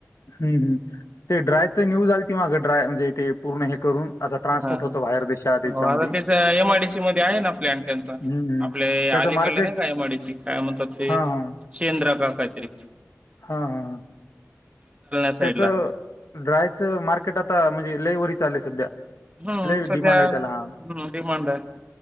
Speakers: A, on the left (about 70°); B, on the right (about 20°).
A: हम् ह् ते ड्राय च न्यूज आल त मागं ड्राय म्हणजे ते पूर्ण हे करून. असा ट्रान्सपोर्ट
B: हा
A: होतो बाहेर देशात याच्यामध्ये
B: हो आता ते एमआयडीसी मध्ये आहे ना प्लॅन त्यांचा.
A: हम्म हम्म
B: आपल्या
A: त्याचं
B: आलीकडला
A: मार्केट
B: नाही काय एम आय डी सीत काय? म्हणतात. ते
A: हां हां
B: चेंद्र काकायत्री.
A: हां हां ह
B: साईडला
A: त्याच ड्रायचं मार्केट आता म्हणजे लेईवरी चाललंय सध्या.
B: हम्म
A: लय
B: सध्या
A: डिमांड आहे
B: हम्
A: त्याला हां
B: डिमांड आहे.